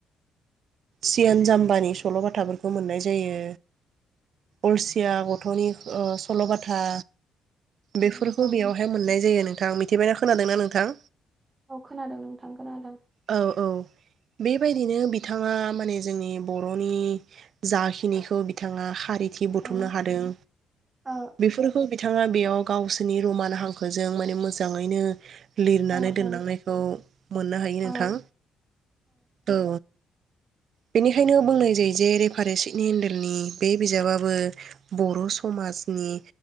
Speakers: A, on the right (about 65°); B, on the right (about 30°).
A: सियान जाम्बानि सल'बाथाफोरखौ मोननाय जायो। अलसिया गथ'नि ओ सल'बाथा
B: नोंथां
A: बेफोरखौ बेयावहाय मोननाय जायो नों थां मिथिबायना खोनादों ना नोंथां?
B: औ खोनादों नोंथां खोनादों।
A: औ औ बेबायदिनो बिथाङा माने जोंनि बर'नि जाखिनिखौ बि थाङा खारि थि बुथुमनो
B: औ
A: हादों
B: औ
A: बेफोरखौ बिथाङा बेयाव गावसोरनि रमान हां फोरजों माने मोजाङैनो लिरनानै
B: औ
A: दोनलांनायखौ
B: औ
A: मोननो हायो
B: औ
A: नोंथां औ। बेनिखायनो बुंनाय जायो जे रेफारेन्ड सिटनि एन्देलनि बे बिजाबाबो बर' समाजनि